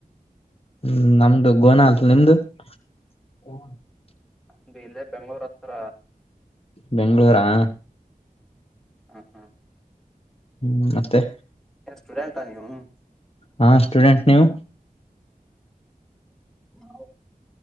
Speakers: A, on the left (about 40°); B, in the centre.
A: ಹ್ಮ್ ನಮ್ದು ಗೋನ ಆತ್ ನಿಮ್ದು <unintelligible>
B: ನಮ್ದು ಇಲ್ಲೇ ಬೆಂಗಳೂರ್ ಹತ್ರ
A: ಬೆಂಗಳೂರು ಹ
B: ಹ್ಮ ಹ್ಮ
A: ಹ್ಮ್ ಮತ್ತೆ
B: ಏನ್ ಸ್ಟೂಡೆಂಟ ನೀವು
A: ಹಾ ಸ್ಟೂಡೆಂಟ್ ನೀವು
B: ಹಾ